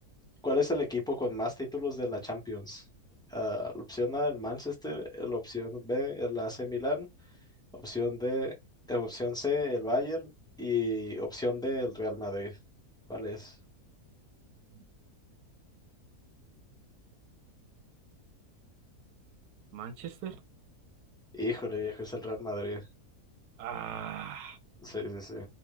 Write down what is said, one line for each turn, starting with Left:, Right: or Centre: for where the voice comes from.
Centre: ¿Cuál es el equipo con más títulos de la Champions? Ah, la opción A, el Manchester, la opción B, el AC Milan, opción D, eh, opción C, el Bayern y opción D, el Real Madrid. ¿Cuál es?
Right: <laughs> Manchester.
Centre: Híjole, viejo, es el Real Madrid.
Right: Ah,
Centre: Sí, sí, sí.